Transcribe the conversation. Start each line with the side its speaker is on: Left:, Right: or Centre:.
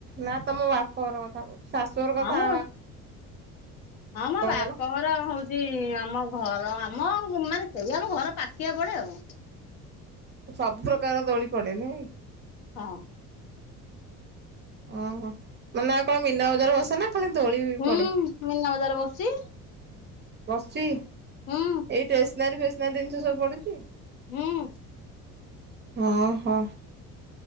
Right: ନା ତମ ବାପଘର କଥା କହୁଛି, ଶାଶୁଘର କଥା
Left: ହଁ ମୋ ହଁ ମ
Right: କହିଲ?
Left: ବାପ ଘର ହଉଚି ଚି ଆମ ଘର ଆମ ମାନେ ସେଇ ଆମ ଘର ପାଖିଆ ପଡେ ଆଉ।
Right: ସବୁ ପ୍ରକାର ଦୋଳି ପଡେ ନୁହେଁକି?
Left: ହଁ।
Right: ଅ ହଁ ମାନେ ଆଉ କଣ ମନା ବଜାର ବସେ ନା ଖାଲି ଦୋଳି?
Left: ହୁଁ
Right: ପଡେ?
Left: ମନା ବଜାର ବସୁଚି।
Right: ବସିଚି
Left: ହୁଁ
Right: ଏଇ ଟେସନାରୀ ଫେସନାରୀ ଜିନିଷ ସବୁ ପଡୁଚି?
Left: ହୁଁ।
Right: ହଁ ହଁ।